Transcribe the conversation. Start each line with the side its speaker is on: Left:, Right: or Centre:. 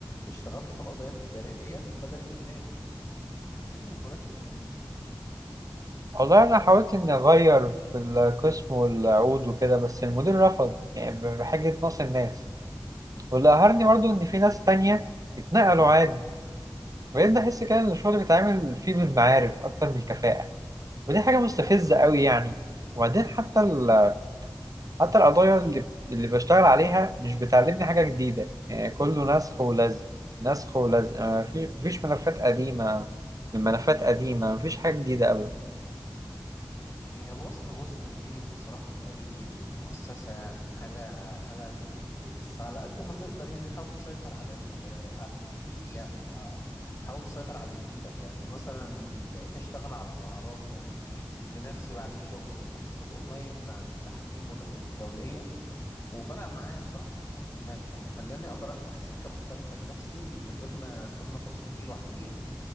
Left: اشتغلت في القضايا التجارية بدل الجنائي حسيت اني اتولدت من جديد
Right: والله انا حاولت اني اغير في القسم والعود وكده بس المدير رفض يعني بحاجة نقص الناس واللي قهرني برضو إن في ناس تانية اتنقلوا عادي بقيت بحس كده إن الشغل بيتعامل فيه بالمعارف أكتر من الكفاءة ودي حاجة مستفزة قوي يعني وبعدين حتى ال... حتى القضايا اللي اللي بشتغل عليها مش بتعلمني حاجة جديدة يعني كله نسخ ولزق نسخ ولزق آه، في- مفيش ملفات قديمة من ملفات قديمة مفيش حاجة جديدة أبدا
Left: هي الواسطة جزء مرير بصراحة في أي مؤسسة يعني حاجة حاجة زفت بس على قد ما تقدر يعني حاول تسيطر على ال- على اللي في إيدي يعني حاول تسيطر على اللي في إيدك يعني مثلا بقيت أشتغل على مهاراتي يعني بنفسي بعد الشغل خدت كورسات أونلاين عن التحكيم والعقود الدولية وفرق معايا بصراحة في التقييمات يعني خلاني أقدر أفتح سكة مختلفة لنفسي من غير ما أستنى فرصة تيجي لوحديها